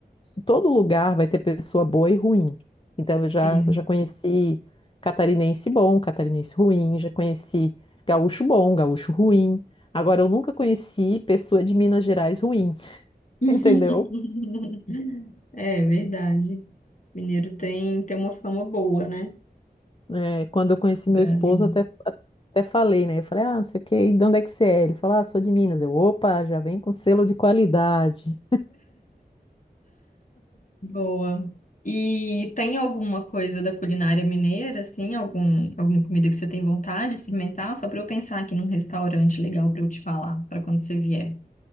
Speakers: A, on the left (about 30°); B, on the left (about 50°).
A: Todo lugar vai ter pessoa boa e ruim. Então, eu já,
B: Sim.
A: já conheci catarinense bom, catarinense ruim, já conheci gaúcho bom, gaúcho ruim. Agora, eu nunca conheci pessoa de Minas Gerais ruim, <laughs>
B: <laughs>
A: entendeu?
B: É verdade. Mineiro tem, tem uma fama boa, né?
A: É, quando eu conheci meu
B: Brasil.
A: esposo, até, até falei, né? Eu falei, ah, não sei o quê, e de onde é que você é? Ele falou, ah, sou de Minas. Eu, opa, já vem com selo de qualidade.
B: Boa. E tem alguma coisa da culinária mineira, assim? Algum, alguma comida que você tem vontade de experimentar? Só para eu pensar aqui num restaurante legal para eu te falar, para quando você vier.